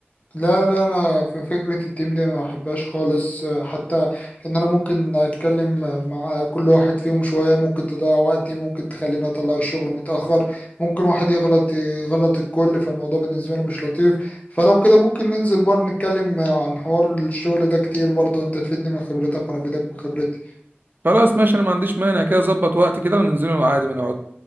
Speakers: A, on the left; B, on the right.
A: لا لا انا في فكره التيم دي ما بحبهاش خالص حتى ان انا ممكن اتكلم مع كل واحد فيهم شويه ممكن تضيع وقتي ممكن تخليني اطلع الشغل متاخر ممكن واحد يغلط يغلط الكل فالموضوع بالنسبه لي مش لطيف فلو كده ممكن ننزل برضه نتكلم عن حوار الشغل ده كتير برضه انت تفيدني من خبرتك وانا افيدك من خبرتي
B: خلاص ماشي انا ما عنديش مانع كده اظبط وقت كده وننزله عادي ما نقعد